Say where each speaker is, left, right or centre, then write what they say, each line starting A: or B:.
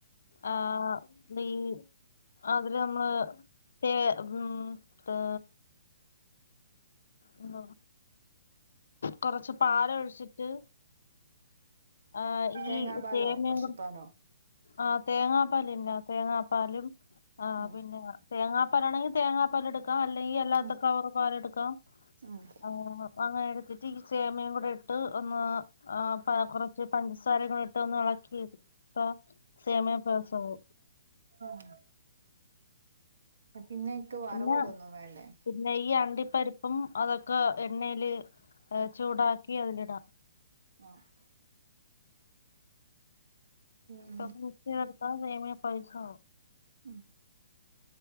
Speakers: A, on the left; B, on the right.
A: ആഹ് നെയ്യ് അതില് നമ്മള് സേ ഉം പേ ഉം കൊറച്ച് പാലൊഴിച്ചിട്ട് ആഹ്
B: തേങ്ങാ
A: ഈ
B: പാലോ
A: തേങ്ങയും
B: പശുപ്പാലോ
A: കൂടെ ആഹ് തേങ്ങാപ്പാലില്ലേ തേങ്ങാപ്പാലും ആഹ്
B: ഉം
A: പിന്ന തേങ്ങാപ്പാലാണെങ്കി തേങ്ങാപ്പാലെടുക്കാം അല്ലെങ്കി അല്ലാത്ത
B: ഉം
A: കവറ് പാലെടുക്കാം
B: ഉം
A: ആഹ് അങ്ങനെ എടുത്തിട്ട് ഈ സേമിയെം കൂടെ ഇട്ട് ഒന്ന് ആഹ് പാ കുറ ഇച്ചിരി പൻസാരെ കൂടെ ഇട്ട് ഒന്ന് ഇളക്കി ടുത്താ സേമിയ പയസാവും
B: ആഹ് പിന്നെ അയ്ക്ക് വറവിടൊന്നും
A: പിന്നെ
B: വേണ്ടേ
A: പിന്നെ ഈ അണ്ടിപ്പരിപ്പും അതൊക്കെ എണ്ണേല് ഏഹ് ചൂടാക്കി അതിലിടാം
B: ആഹ് പിന്നേ
A: <unintelligible> സേമിയ പായസവും
B: ഉം